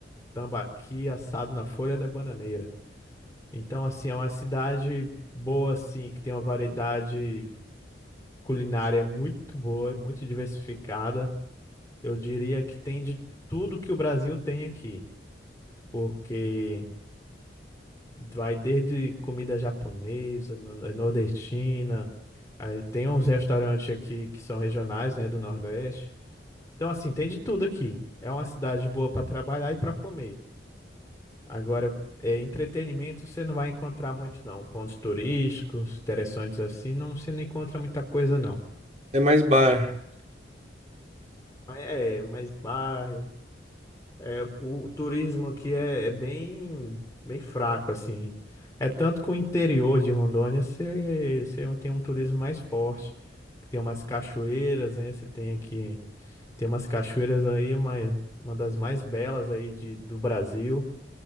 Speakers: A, on the left (about 15°); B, on the right (about 40°).
A: tambaqui assado na folha da bananeira. Então, assim, é uma cidade boa, assim, que tem uma variedade culinária muito boa, muito diversificada. Eu diria que tem de tudo que o Brasil tem aqui, porque vai desde comida japonesa, no- eh, nordestina, aí tem uns restaurantes aqui que são regionais, né, do Nordeste. Então, assim, tem de tudo aqui. É uma cidade boa para trabalhar e para comer. Agora, é, entretenimento você não vai encontrar muito, não. Pontos turísticos, interessantes assim, não, você não encontra muita coisa, não.
B: É mais bar.
A: Mas É, mas bairro. É, o, o turismo aqui é, é bem, bem fraco, assim. É tanto que o interior de Rondônia você, você tem um turismo mais forte. Tem umas cachoeiras, né? Você tem aqui, tem umas cachoeiras aí, uma, uma das mais belas aí de, do Brasil.